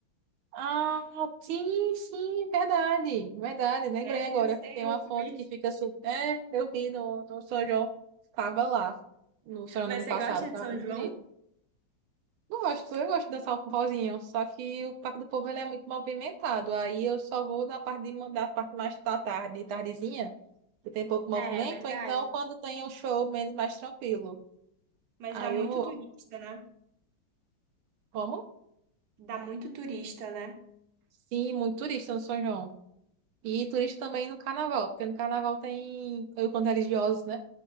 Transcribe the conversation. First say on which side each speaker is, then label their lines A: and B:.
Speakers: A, on the right; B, on the right.
A: Ah, sim, sim, verdade, verdade. Lembrei
B: Né?
A: agora.
B: Eu sei,
A: Tem
B: eu
A: uma
B: fui.
A: foto que fica super. É, eu vi no, no São João. Tava lá. No São João
B: Mas
A: do ano
B: você
A: passado.
B: gosta
A: Tava
B: de São
A: bem
B: João?
A: bonito. Gosto, eu gosto de dançar o forrozinho. Só que o Parque do Povo ele é muito movimentado. Aí eu só vou na parte de mandar a parte mais da tarde, tardezinha, que tem pouco movimento.
B: É, verdade.
A: ou Então, quando tem um show menos mais tranquilo.
B: Mas
A: Aí
B: dá muito
A: eu vou.
B: turista, né?
A: Como?
B: Dá muito turista, né?
A: Sim, muito turista no São João. E turista também no carnaval, porque no carnaval tem encontro religiosos, né?